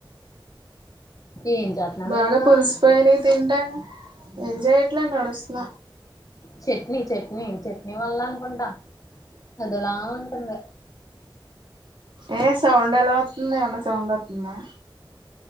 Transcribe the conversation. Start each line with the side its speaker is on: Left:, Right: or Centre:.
Left: ఏం చేస్తున్నావే
Right: బాగా
Left: నువ్వు
Right: పులిసిపోయినే తింటా ఎంజాయ్యిట్లా అడుస్తుిన
Left: చట్నీ చట్నీ చట్నీ వల్ల అనుకుంటా అదలా ఉంటంద
Right: ఏ సౌండ్ ఎలా అవుతుంది ఏమన్న సౌండ్ అవుతుందా